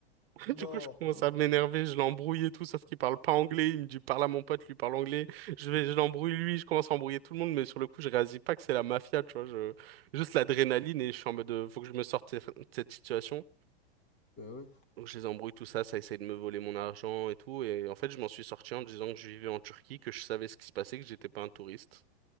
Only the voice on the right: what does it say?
<laughs>
Du coup, je commence à m'énerver, je l'embrouille et tout, sauf qu'il parle pas anglais. Il me dit, parle à mon pote, lui parle anglais. Je vais, je l'embrouille lui, je commence à embrouiller tout le monde, mais sur le coup, je réalise pas que c'est la mafia, tu vois. Je, juste l'adrénaline et je suis en mode, euh, faut que je me sorte de cette situation.
Donc, je les embrouille tout ça, ça essaye de me voler mon argent et tout. Et en fait, je m'en suis sorti en disant que je vivais en Turquie, que je savais ce qui se passait, que j'étais pas un touriste.